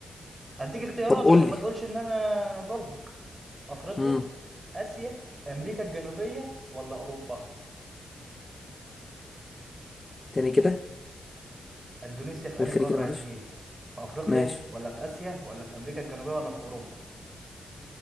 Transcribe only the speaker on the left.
طب قول
لي
مم.
تاني كده
قول
تاني كده معلش
ماشي